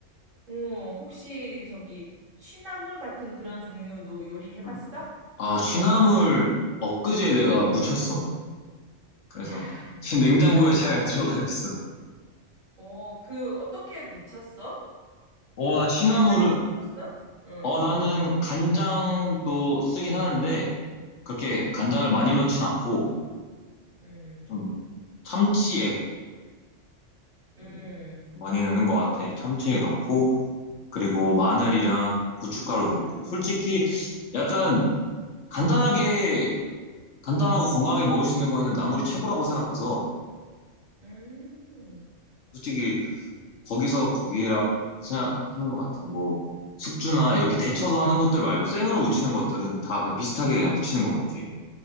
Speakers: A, on the right; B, on the left.
A: 어, 혹시 저기 취나물 같은 그런 종류도 요리해봤어?
B: 응. 아, 취나물 엊그제 내가 묻혔어. 그래서
A: 이야,
B: 지금 냉장고에
A: 대박이다.
B: 잘 <laughs> 들어가 있어.
A: 어, 그 어떻게 무쳤어?
B: 어, 나
A: 뭐
B: 취나물을,
A: 간장에 묻혔어? 응,
B: 어, 나는 간장도 쓰긴 하는데, 그렇게
A: 응.
B: 간장을 많이 넣진 않고,
A: 응.
B: 좀 참치액
A: 응.
B: 음, 많이 넣는 것 같아. 참치액 넣고, 그리고
A: 응.
B: 마늘이랑 고춧가루 넣고.
A: 응.
B: 솔직히 약간 간단하게 간단하고 건강하게 먹을 수 있는 거는 나물이 최고라고 생각해서
A: 응.
B: 솔직히 거기서 거기라 생각하는 것 같아. 뭐 숙주나 이렇게 데쳐서 하는 것들 말고 생으로 무치는 것들은 다 그냥 비슷하게 그냥 무치는 것 같아.